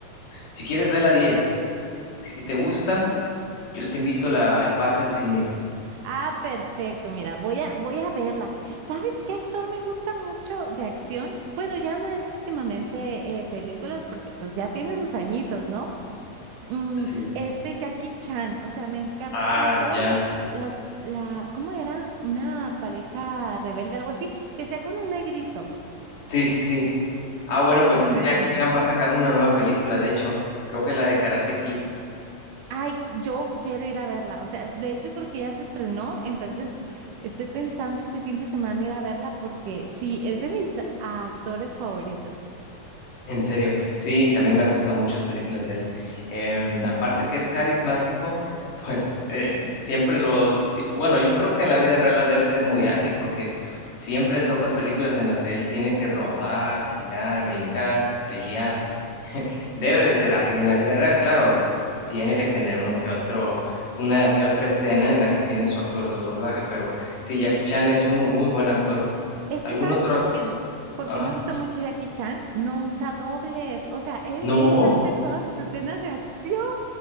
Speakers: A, on the left; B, on the right.
A: si quieres ver la 10, si te gusta. Yo te invito la, el pase al cine.
B: Ah, perfecto. Mira, voy a, voy a verla. ¿Sabes qué actor me gusta mucho de acción? Bueno, ya no he hecho últimamente eh, películas porque pues ya tiene sus añitos, ¿no? Mm,
A: Sí,
B: este Jackie Chan, o sea, me encanta,
A: Ah,
B: sobre todo
A: ya.
B: las, las, la, ¿cómo era? Una pareja rebelde, algo así, que sea con un negrito.
A: sí, sí, sí. Ah, bueno,
B: Ay,
A: pues
B: no,
A: ese
B: me encanta.
A: Jackie Chan va a sacar una nueva película, de hecho, creo que la de Karate Kid,
B: Ay, yo quiero ir a verla. O sea, de hecho creo que ya se estrenó, entonces estoy pensando este fin de semana ir a verla porque sí, es de mis actores favoritos.
A: en serio. Sí, también me gustan muchas películas de él. Em, aparte que es carismático, <laughs> pues eh, siempre lo... sí, bueno, yo creo que en la vida real debe ser muy ágil porque siempre le tocan películas en las que él tiene que rodar, girar, brincar, pelear. <laughs> Debe de ser ágil en la vida real, claro. Tiene que tener uno que otro, una que otra escena en la que tiene su actor de doblaje, pero sí, Jackie Chan es un muy buen actor.
B: Es
A: ¿Algún
B: que, ¿sabes
A: otro?
B: por qué? Porque
A: Ajá.
B: me gusta mucho Jackie Chan, no usa dobles. O sea, él,
A: No.
B: él hace todas sus escenas de acción.